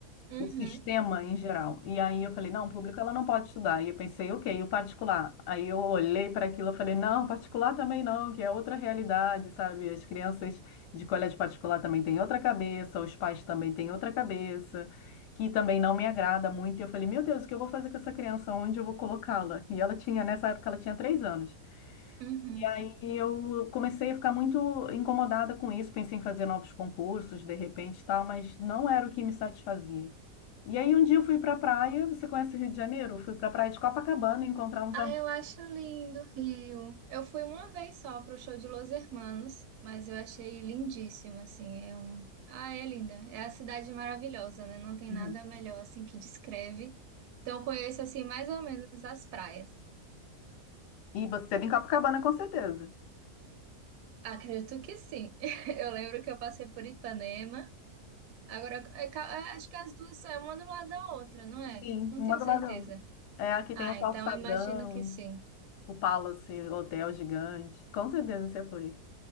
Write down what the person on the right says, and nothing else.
Uhum.
Uhum.
Ah,
eu acho lindo o Rio. Eu fui uma vez só pro show de Los Hermanos, mas eu achei lindíssimo, assim. É um... Ah, é linda. É a cidade maravilhosa, né? Não tem
nada melhor, assim, que descreve. Então, conheço, assim, mais ou menos as praias.
Acredito que sim. <laughs> Eu lembro que eu passei por Ipanema. Agora, é ca- é, acho que as duas são uma do lado da outra, não é?
Não
tenho
certeza.
Ah,
então eu imagino que sim.